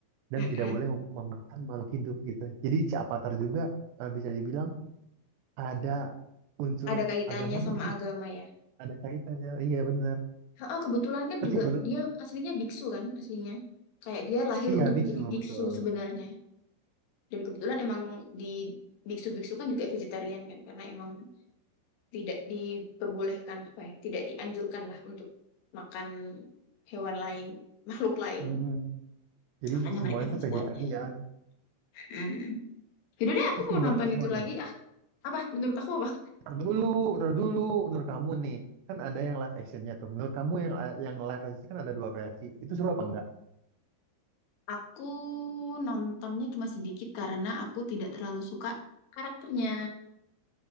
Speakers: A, on the right (about 75°); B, on the left (about 65°).
A: dan
B: Mm-mm.
A: tidak boleh mem- memakan makhluk hidup gitu. Jadi si Avatar juga eh, bisa dibilang ada unsur
B: Ada kaitannya
A: agamanya
B: sama
A: di situ.
B: agama ya.
A: Ada kaitannya. Iya benar.
B: Heeh, kebetulan kan
A: Terus
B: juga
A: yang-
B: dia aslinya biksu kan aslinya. Kayak dia lahir
A: iya
B: untuk
A: biksu
B: menjadi biksu
A: betul.
B: sebenarnya. Dan kebetulan emang di biksu-biksu kan juga vegetarian kan karena emang tidak diperbolehkan apa ya, tidak dianjurkan lah untuk makan hewan lain makhluk lain
A: Mm-mm. Jadi
B: makanya
A: semuanya
B: mereka
A: itu
B: vegetarian
A: vegetarian.
B: Hmm. Yaudah deh, aku
A: Terus
B: mau
A: menurut
B: nonton
A: kamu
B: itu
A: nih,
B: lagi. Ah, apa? Menurut aku apa?
A: tar dulu, tar dulu, menurut kamu nih, kan ada yang live actionnya tuh. Menurut kamu yang yang live action kan ada dua versi. Itu seru apa enggak?
B: Aku nontonnya cuma sedikit karena aku tidak terlalu suka karakternya.